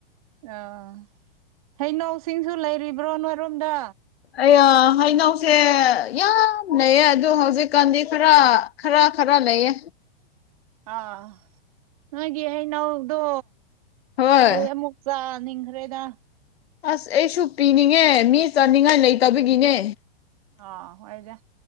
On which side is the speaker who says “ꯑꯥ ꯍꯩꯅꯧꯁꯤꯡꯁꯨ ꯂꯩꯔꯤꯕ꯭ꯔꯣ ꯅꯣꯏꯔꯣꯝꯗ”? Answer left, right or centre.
Right